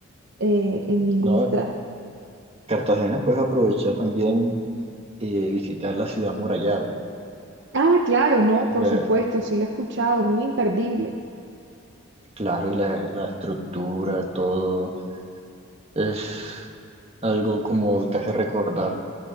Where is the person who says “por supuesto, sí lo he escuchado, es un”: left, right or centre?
Right